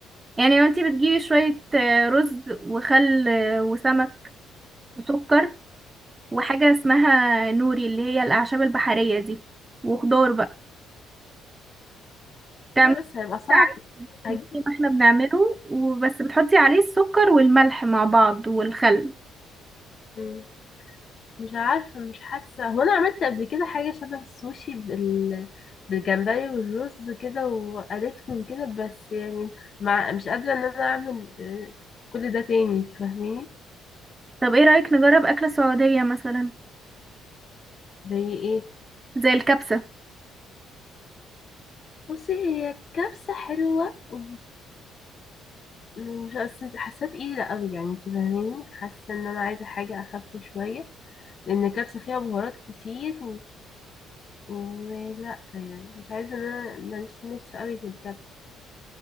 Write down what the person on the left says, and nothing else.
لا بس هيبقى صعب
هجيب
مم. مش عارفة مش حاسة هو أنا عملت قبل كده حاجة شبه السوشي بال... بالجمبري والرز كده وقليتهم كده بس يعني مع... مش قادرة إن أنا أعمل آه، كل ده تاني انت فاهميني
زي ايه
بصي هي الكبسة حلوة و مش حسيت حاسة تقيلة قوي يعني انت فاهميني حاسة ان انا عايزة حاجة اخف شوية لان الكبسة فيها بهارات كتير ولا يعني مش عايزة ان انا ماليش نفس قوي للكبسة